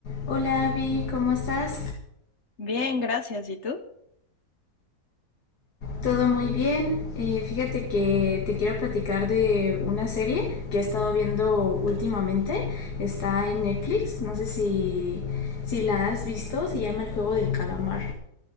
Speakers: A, on the left (about 80°); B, on the left (about 50°).
A: Hola Abby, ¿cómo estás?
B: Bien, gracias. ¿Y tú?
A: Todo muy bien. Eh, fíjate que te quiero platicar de una serie que he estado viendo últimamente. Está en Netflix. No sé si, si la has visto. Se llama El Juego del Calamar.